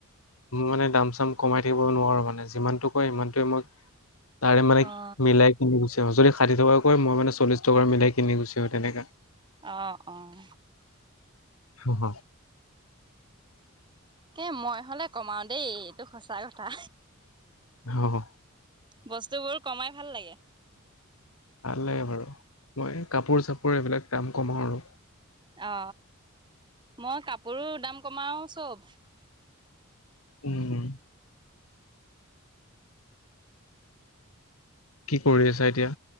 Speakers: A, on the left (about 80°); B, on the right (about 20°).
A: মই মানে দাম চাম কমাই থাকিব নোৱাৰো মানে। যিমানটো কয় সিমানটোৱে মই, তাৰে মানে
B: অ
A: মিলাই কিনি গুচি তেওঁঁ যদি ষাঠি টকা কয় মই মানে চল্লিছ টকাৰ মিলাই কিনে গুছি আহো তেনেকা
B: অহ, অহ
A: হ হ
B: এ মই হলে কমাও দেই। এইটো সঁচা কথা।
A: হয়
B: বস্তু বোৰ কমাই ভাল লাগে।
A: ভাল লাগে বাৰু মই কাপোৰ চাপোৰ এইবিলাক দাম কমাও আৰু,
B: অ মই কাপোৰো দাম কমাও চব।
A: উম কি কৰি আছা এতিয়া